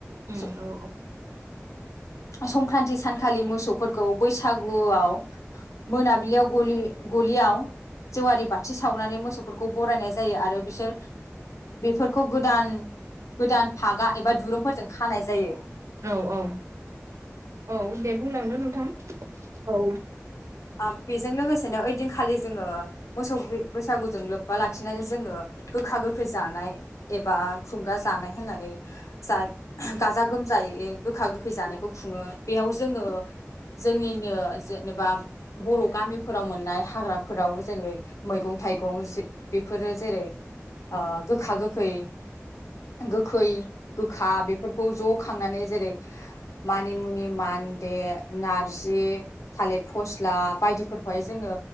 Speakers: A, on the right; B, on the left.
A: उम
B: स
A: औ
B: संक्रान्ति सानखालि मोसौ फोरखौ बैसागुआव मोनाबिलियाव गलि गलियाव जेवारि बाथि सावनानै मोसौफोरखौ बरायनाय जायो आरो बिसोर बेफोरखौ गोदान गोदान फागा एबा दुरुंफोरजों खानाय जायो।
A: औ औ औ दे बुंलांदो नोंथां औ
B: ओबेजों लोगोसेनो ओइदिनखालि जोङो मोसौ बैसागु जों लोब्बा लाखिनानै जोङो गोखा गोखै जानाय एबा खुंगा जानाय होननानै जा गाजा गोमजायै गोखा गोखै जानायखौ खुङो बेयाव जोङो जोंनिनो जेनेबा बर' गामिफोराव मोननाय हाग्राफोराव जेनैब मैगं थाइगं बेफोरो जेरै ओ गोखा गोखै गोखै गोखा बेफोरखौ ज' खांनानै जेरै मानिमुनि मा मान्दे नारजि थालेथ फस स्ला बायदिफोरखौहाय जोङो